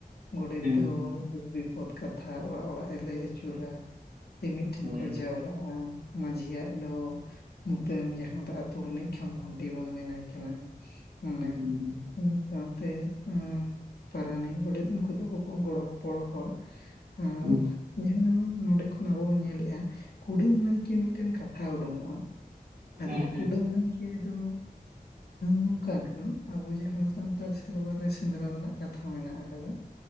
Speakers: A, on the left; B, on the right.
A: ᱜᱚᱰᱮᱛ
B: ᱦᱩᱸ
A: ᱫᱚ
B: ᱦᱩᱸ
A: ᱫᱷᱩᱠ ᱵᱤᱯᱚᱫ ᱠᱟᱛᱷᱟ ᱚᱲᱟᱜ ᱚᱲᱟᱜ ᱮ ᱞᱟᱹᱭ ᱟᱹᱪᱩᱨᱟ ᱛᱮ ᱢᱤᱫ ᱴᱷᱮᱱ
B: ᱦᱳᱭ
A: ᱠᱚ
B: ᱦᱳᱭ
A: ᱡᱟᱣᱨᱟᱜᱼᱟ ᱢᱟᱺᱡᱷᱤᱭᱟᱜ ᱫᱚ ᱱᱚᱛᱮᱱ ᱡᱟᱦᱟᱸ ᱫᱚᱛᱳ ᱨᱤᱱᱤᱡ ᱠᱷᱟᱢ ᱠᱷᱩᱱᱴᱤ ᱵᱚᱱ ᱢᱮᱱᱟᱭ ᱠᱟᱱᱟ ᱩᱱᱤ
B: ᱦᱩᱸ ᱦᱩᱸ
A: ᱤᱱᱟᱹ ᱥᱟᱶᱛᱮ ᱟᱸ ᱯᱟᱨᱟᱱᱤ ᱜᱚᱵᱮᱛ ᱱᱩᱠᱩ ᱫᱚ ᱠᱚ ᱜᱚᱲᱚ ᱜᱚᱯᱚᱲᱚ ᱦᱚᱲ ᱟᱸ
B: ᱦᱩᱸ
A: ᱡᱟᱦᱟᱸ ᱱᱚᱸᱰᱮ ᱠᱷᱚᱱ ᱟᱵᱚ ᱵᱚᱱ ᱧᱮᱞᱮᱜᱼᱟ ᱠᱩᱰᱟᱹᱢ ᱱᱟᱭᱠᱮ ᱢᱤᱫᱴᱮᱱ ᱠᱟᱛᱷᱟ ᱛᱰᱳᱝᱚᱜᱼᱟ ᱟᱫᱚ
B: ᱦᱩᱸ
A: ᱠᱩᱰᱟᱹᱢ ᱱᱟᱭᱠᱮ ᱫᱚ ᱱᱚᱝᱠᱟ ᱠᱟᱱᱟ ᱟᱵᱚ ᱡᱟᱦᱟᱸ ᱥᱟᱱᱛᱟᱲ ᱥᱮᱨᱣᱟ ᱨᱮ ᱥᱮᱸᱫᱽᱨᱟ ᱨᱮᱱᱟᱜ ᱠᱟᱛᱷᱟ ᱢᱮᱱᱟᱜ ᱟᱠᱟᱫᱟ